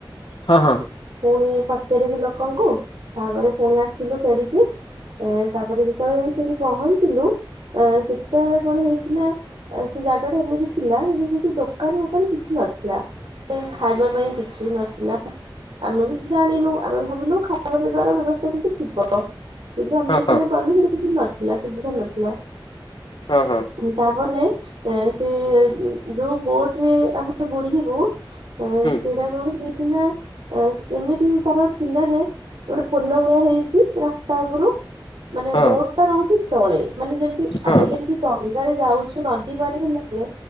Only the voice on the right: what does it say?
ପୁଣି ପଚାରିକି ଲୋକଙ୍କୁ, ତାପରେ ପୁଣି ଆସିଲୁ ଫେରିକି। ଏ, ତାପରେ ଯେତେବେଳେ ଯାଇ ପୁଣି ପହଞ୍ଚିଲୁ, ଆ ସେତେବେଳେ କଣ ହେଇଛି ନା ସେ ଜାଗା ଟା ଏମିତି ଥିଲା, କିଛି ଦୋକାନ-ଫୋକାନ କିଛି ନଥିଲା। <unintelligible> ଖାଇବା ପାଇଁ କିଛି ନଥିଲା। ଆମେ ବି ଜାଣିନୁ, ଆମେ ଭାବିଲୁ ଖାଇବା ପିଇବାର ବ୍ୟବସ୍ଥା ସେଠି ଥିବ। ଏବେ ଆମେ
ଯେତେବେଳେ ଗଲୁ, ସେଠି କିଛି ନଥିଲା, ସୁବିଧା ନଥିଲା।
ତାପରେ ଏ, ସେ ଯୋଉ ବୋଟ୍ ରେ ଆମେ ବୁଲି ହଉ,
ସେଇ ଟା କଣ ହେଇଛି ନା, ଏମିତି ତାର ଥିଲା ଯେ ଗୋଟେ ପୋଲ ଭଳିଆ ହେଇଛି, ରାସ୍ତା ଉପରୁ ମାନେ
ବହୁତ ଏଇଟା ରହୁଛି ତଳେ, ମାନେ ଯେମତି
ଆମେ ଯେମିତି ଡଙ୍ଗାରେ ଯାଉଛୁ, ନଦୀ ପାରି ହେଲାବେଳେ